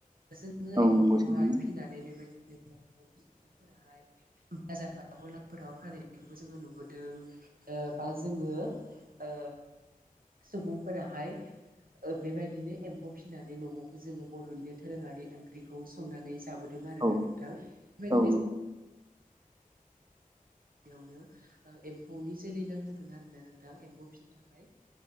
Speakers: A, on the right; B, on the right.
A: नोङो
B: औ
A: एम्फौखौहाय
B: औ नंगौ थारैनो
A: फिनानै बेबायदिनो <unintelligible> बाजार बा गलाफोराव फानहैनायखौबो जोङो नुबोदों बा जोङो ओ सुबुंफोराहाय बेबायदिनो एम भ फिसिनानै न'आवबो जोङो बर'निनो दोरोङारि ओंख्रिखौ संनानै जाबोदों आरोना
B: औ
A: नोंथां। बेबायदिनो
B: औ
A: बेयावनो ओ एम्फौनि जोलै नांग्रोगोन आरोना नोंथां एम्फौ फिसिनो थाखाय